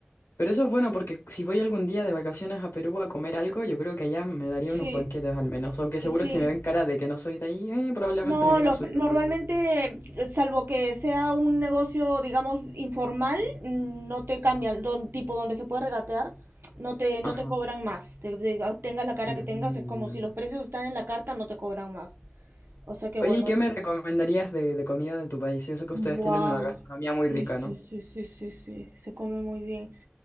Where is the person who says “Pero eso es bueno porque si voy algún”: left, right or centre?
Left